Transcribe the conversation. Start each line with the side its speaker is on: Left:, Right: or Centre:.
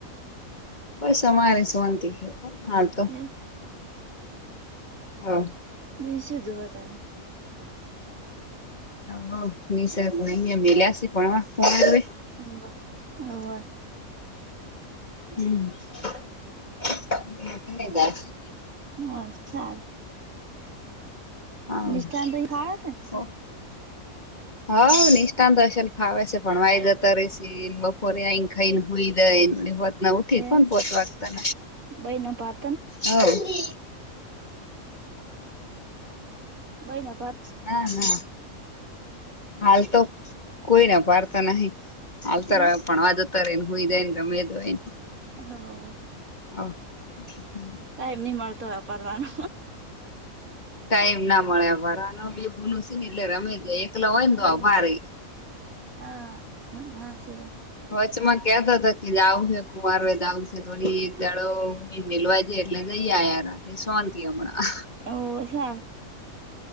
Left: બસ અમારે સોંતિ હે હાલ તો
Right: એમ
Left: હહ.
Right: બેસું જોવો તમે?
Left: હ નિસ નહી મલ્યાસી ભણવા હવે?
Right: હવે હવે.
Left: હમ હમણાં ઘરે જ આવશે.
Right: હ સાર.
Left: હોવ
Right: નિષ્ઠાંત તો ફાવે છે
Left: હો. હ નિસટાંત અશેલ ફાવે છે ભણવા એ જતો રહે છે. ન બપોરે અઈન ખઈન હુઈઈ નોડી સાંજના ઉઠ
Right: એ
Left: કો પોતવાતા.
Right: બઈ ના પા.
Left: હોવ <inaudible> હે?
Right: બઈના
Left: ના ના હાલ તો કોઈ ન હભારતા નહીં. હાલ તો અરે
Right: એમ
Left: ભણવા જતો રહે ને હુઈ જાય ને રમે તોય
Right: હહ
Left: હોવ હમ
Right: ટાઈમ નહીં મળતો વાપરવાનો.
Left: ટાઈમ ના મળે આભાર આનો બી ગુનું છે ને એટલે રમે જ એકલા હોય
Right: હા
Left: ને તો હભારે
Right: હા હાચી વાત
Left: વચમાં કેતા હતા કે આવ છે કુમાર હો તો આવશે થોડી એક દાડો. મેલવા જ એટલે જઈ આ રાતે શોંતિ હમણાં.
Right: હોવે શાંત